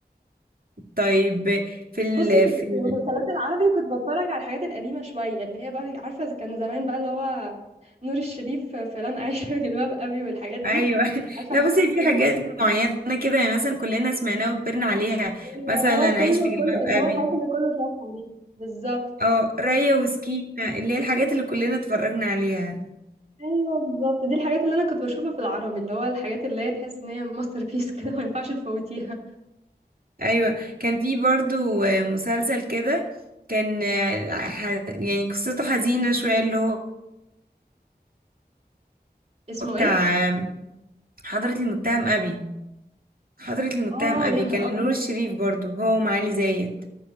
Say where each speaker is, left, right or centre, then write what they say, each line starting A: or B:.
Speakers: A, on the right; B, on the right.
A: طيب في ال
B: بصي في
A: في ال
B: في المسلسلات العربي كنت بتفرج على الحاجات القديمة شوية اللي هي بقى عارفة إذا كان زمان بقى اللي هو نور الشريف فلان عايش في جلباب ابي والحاجات دي
A: ايوه <laughs>
B: عارفة
A: لا
B: حاجات
A: بصي في
B: القديمة
A: حاجات
B: دي
A: معينه كده يعني مثلا كلنا سمعناها وكبرنا عليها
B: ايوه
A: مثلا
B: اللي هو كله
A: اعيش في جلباب
B: كله اللي
A: ابي
B: هو الحاجات اللي كله شافها دي بالظبط
A: اه ريا وسكينه اللي هي الحاجات اللي كلنا اتفرجنا عليها
B: ايوه بالظبط دي الحاجات اللي انا كنت بشوفها في العربي اللي هو الحاجات اللي هي تحس ان هي ماستر بيس <laughs> كده ما ينفعش تفوتيها
A: ايوه كان في برضو آه، مسلسل كده كان آه، ح- يعني قصته حزينة شوية اللي هو
B: اسمه
A: بتاع
B: ايه
A: آه، حضرة المتهم أبي حضرة المتهم
B: اه
A: أبي
B: يا نهار
A: كان لنور
B: ابيض
A: الشريف برضو هو ومعالي زايد